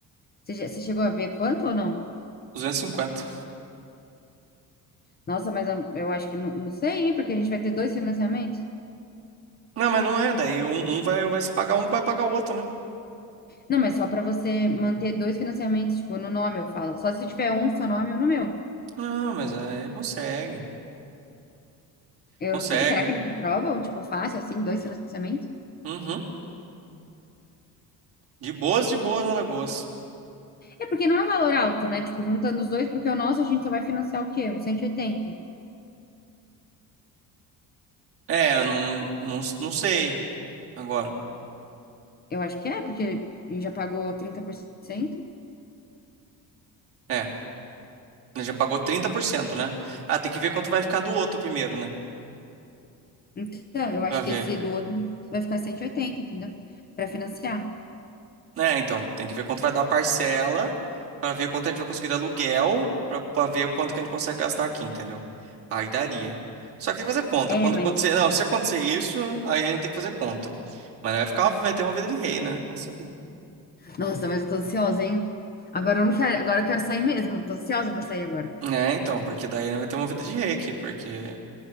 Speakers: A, on the left; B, on the right.
A: Você, já- você chegou a ver quanto ou não?
B: duzentos e cinquenta
A: Nossa, mas eu, eu acho que não, não sei, hein? Porque a gente vai ter dois financiamentos.
B: Não, mas não é. Daí um, um vai, vai se pagar um, vai pagar o outro, né?
A: Não, mas só pra você manter dois financiamentos, tipo, no nome, eu falo. Só se tiver um, seu nome ou no meu.
B: Não, mas aí consegue.
A: Eu
B: Consegue.
A: não sei. Será que eles aprovam, tipo, fácil, assim, dois financiamentos?
B: Uhum. De boas, de boas na Alagoas.
A: É porque não é valor alto, né? Tipo, juntando os dois, porque o nosso a gente só vai financiar o quê? Uns 180.
B: É, eu não, não, não sei agora.
A: Eu acho que é, porque a gente já pagou trinta por cento.
B: É, ele já pagou trinta por cento né? Ah, tem que ver quanto vai ficar do outro primeiro, né?
A: Então, eu acho
B: Pra ver.
A: que esse do outro vai ficar cento e oitenta entendeu? Pra financiar.
B: É, então, tem que ver quanto vai dar a parcela, pra ver quanto a gente vai conseguir de aluguel, pra, pra ver quanto que a gente consegue gastar aqui, entendeu? Aí daria. Só que tem que fazer conta.
A: É,
B: Quando
A: mas.
B: acontecer, não, se acontecer isso, aí a gente tem que fazer conta. Mas não vai ficar, vai ter uma vida de rei, né? Nossa vida.
A: Nossa, mas eu tô ansiosa, hein? Agora eu não quero, agora eu quero sair mesmo. Tô ansiosa pra sair agora.
B: É, então, porque daí né, vai ter uma vida de rei aqui, porque